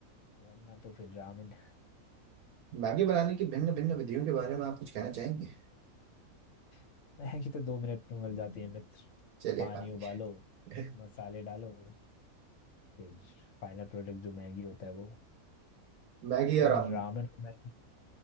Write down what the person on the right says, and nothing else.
मैगी बनाने की भिन्न भिन्न विधियों के बारे में आप कुछ कहना चाहेंगे
चलिए
काफी
है।
<laughs>
मैगी
और हम